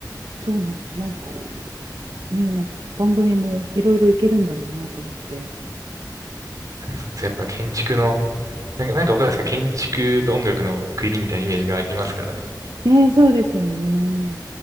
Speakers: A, on the right (about 75°); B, on the right (about 50°).
A: そうなんですよ。なんかね、なんか番組もいろいろいけるんだろうなと思って。
B: そうですね。やっぱ建築の、なんか、なんかわかんないですけど、建築と音楽の国みたいなイメージがありますからね。
A: ね、そうですよね。